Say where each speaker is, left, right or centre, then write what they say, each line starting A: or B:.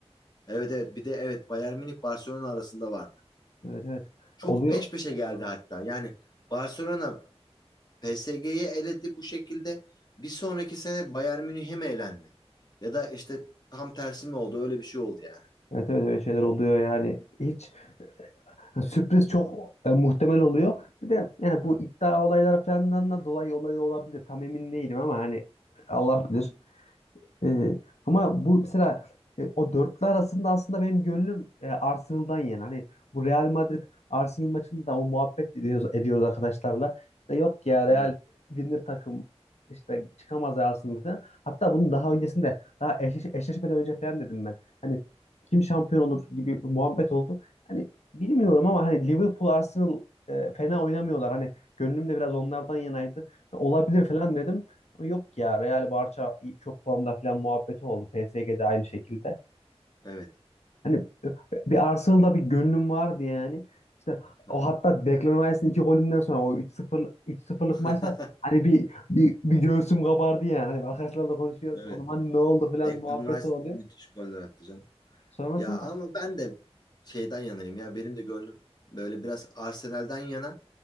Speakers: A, on the left; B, on the left.
A: Evet evet bir de evet Bayern Münih Barcelona arasında vardı.
B: Evet evet.
A: Çok
B: Oluyor.
A: peş peşe geldi hatta. Yani Barcelona PSG'yi eledi bu şekilde. Bir sonraki sene Bayern Münih'e mi elendi? Ya da işte tam tersi mi oldu? Öyle bir şey oldu yani.
B: Evet evet öyle şeyler oluyor yani. Hiç Yani sürpriz çok e, muhtemel oluyor. Bir de yani
A: Hı.
B: bu iddia olayları falandan da dolayı olayı olabilir. Tam emin değilim ama hani Allah bilir. Ee, ama bu mesela e, o dörtlü arasında aslında benim gönlüm e, Arsenal'dan yana. Hani bu Real Madrid Arsenal maçında da o muhabbet ediyoruz, ediyoruz arkadaşlarla. İşte yok ya Real
A: Evet,
B: winner takım işte çıkamaz ya Arsenal falan. Hatta bunun daha öncesinde daha eşleş eşleşmeden önce falan dedim ben. Hani kim şampiyon olur gibi bir muhabbet oldu. Hani bilmiyorum ama hani Liverpool Arsenal e, fena oynamıyorlar. Hani gönlüm de biraz onlardan yanaydı. Olabilir falan dedim. Yok ya Real Barça çok formda falan muhabbeti oldu. PSG'de aynı şekilde.
A: evet.
B: Hani e, bir Arsenal'da bir gönlüm vardı yani. İşte
A: Hı
B: o
A: hı.
B: hatta Declan Rice'ın iki golünden sonra o üç sıfır üç sıfırlık
A: <laughs>
B: maçta hani bir, bir bir göğsüm kabardı yani. Hani arkadaşlarla konuşuyoruz.
A: Evet.
B: O zaman ne oldu falan
A: Declan
B: muhabbeti
A: Rice
B: oluyor.
A: müthiş goller attı canım.
B: Sonrasında
A: Ya ama ben de şeyden yanayım ya. Benim de gönlüm böyle biraz Arsenal'den yana.